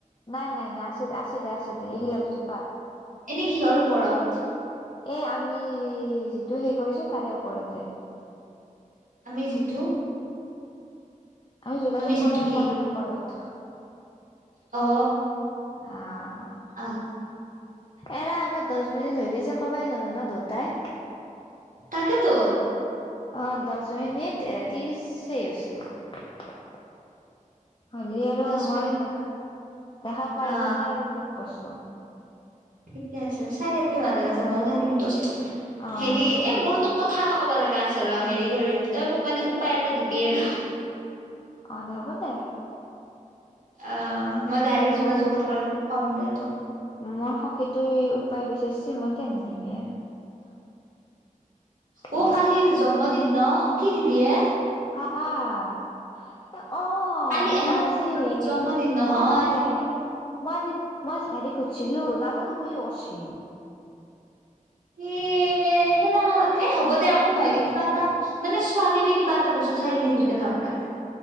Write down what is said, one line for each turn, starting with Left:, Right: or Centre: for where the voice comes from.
Left: নাই নাই নাই আছে আছে দে আছে দে এইগিলা বস্তু
Right: এনেই কিহৰ ওপৰত
Left: এই আমি যিটো হেৰী কৰিছো তাৰে ওপৰতে
Right: আমি যিটো
Left: আমি যোগাযোগ
Right: যিটো
Left: কৰি
Right: কি
Left: কৰাৰ ওপৰতৰ
Right: অ
Left: আহ
Right: আ
Left: এৰা আগত দহ মিনিট হৈ গৈছে কবাই নোৱাৰো ন দুইতাই
Right: তাকে টো
Left: অ দহ মিনিট ত্ৰিছ সেই হৈছিল হলে আৰু
Right: দহ
Left: আমাৰ
Right: মিনিট
Left: দেখা দেখা পাই
Right: অ
Left: কিনে আৰু তোক কৈছো
Right: ঠিকে আছে চাই থাকিবি মাজে মাজে ময়ো চাই থাকিম তই চাই থাকি
Left: অ
Right: হেৰি
Left: হ'ব
Right: এই
Left: দে
Right: মোৰ তোক কথা ক'ব লগা আছে ৰ হেৰি কৰিম তই মোক মানে উপায় এটা দিবি আৰু
Left: অ দে হ'ব দে।
Right: অ মই ডাইৰেক্ট
Left: মোৰ
Right: যোগাযোগত কৰিম কম দে তোক।
Left: মোৰ সখীটোৱে উপায় বিচাৰিছে মই কে নিদিম এ।
Right: মোৰ
Left: অ
Right: কালি জন্মদিন ন কি দিবি এ।
Left: কাৰ। অ
Right: কালি এহঁত
Left: মই যে মই
Right: জন্মদিন
Left: আজি
Right: নহয়
Left: গাইৰি। মই আজি মই আজি ভাইটিক শুধিছিলো নাজানো বুলি কৈছি।
Right: এ সেনেকা এ হ'ব দে আকৌ নহয় দে কিবা এটা। মানে ছোৱালীৰে কিবা এটা বস্তু চাই কিনে দিম দে ভাল কে।